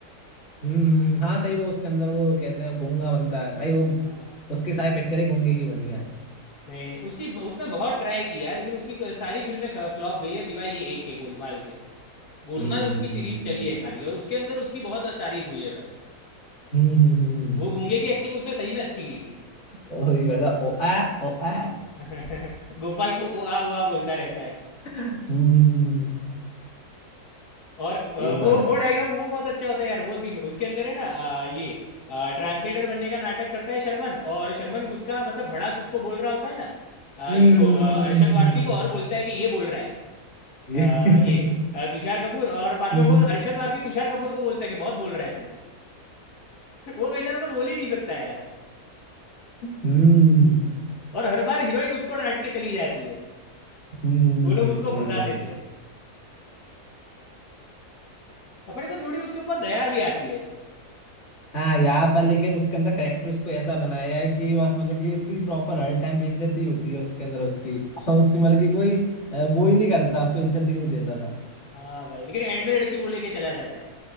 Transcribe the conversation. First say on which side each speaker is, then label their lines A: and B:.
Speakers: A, on the left; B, on the left.
A: हम्म हम्म, हम्म, हाँ सही वो उसके अंदर वो कहते हैं गूंगा बनता है भाई वो
B: हाँ।
A: उसके सारे पिक्चर ही गूंगे की बनी है
B: नहीं नहीं उसकी उसने बहुत ट्राई किया लेकिन उसकी क- सारी फिल्में फ्लॉप गई है सिवाय ये एक के गोलमाल के गोलमाल
A: हम्म
B: उसकी
A: हम्म
B: सीरीज चली है खाली और उसके अंदर उसकी बहुत तारीफ हुई है भाई
A: हम्म हम्म हम्म,
B: वो गूंगे की एक्टिंग उसने सही में अच्छी की थी
A: हम्म, वही करता ओ आ ओ आ
B: <laughs> गोपाल को ओ आ ओ आ बोलता रहता है
A: हम्म हम्म, हम्म,
B: और अ,
A: ये तो
B: वो
A: है
B: वो डायलॉग वो बहुत अच्छा होता है यार वो सीन उसके अंदर है ना अ, ये ट्रांसलेटर बनने का नाटक करता है शर्मन और शर्मन खुद का मतलब भड़ास उसको बोल रहा होता है ना अ,
A: हम्म
B: इसको
A: हम्म,
B: अ,
A: हम्म,
B: अरशद
A: हम्म, हम्म,
B: वारसी को और
A: हम्म,
B: बोलता है कि ये बोल रहा है
A: ये
B: अ,
A: <laughs>
B: ये अ, तुषार कपूर और बाद
A: हम्म
B: में वो अरशद वारसी तुषार कपूर को बोलता है कि बहुत बोल रहा है तू वो बेचारा तो बोल ही नहीं सकता है यार
A: हम्म
B: और हर बार हीरोइन उसको डांट के चली जाती है
A: हम्म,
B: वो
A: हम्म,
B: लोग उसको
A: सही
B: फंसा
A: कह रहे
B: देते
A: हो
B: हैं अपने को थोड़ी उसके ऊपर दया भी आती है ऐसे
A: हाँ यहाँ पर लेकिन उसके अंदर करेक्टर उसको ऐसा बनाया है कि बस मतलब कि उसकी प्रॉपर हर टाइम बेइज्जती ही होती है उसके अंदर उसकी और उसकी मतलब कि कोई अ, वो ही नहीं करता उसको इज्जत ही नहीं देता था
B: हाँ भाई लेकिन एंड में लड़की वो लेके चला जाता है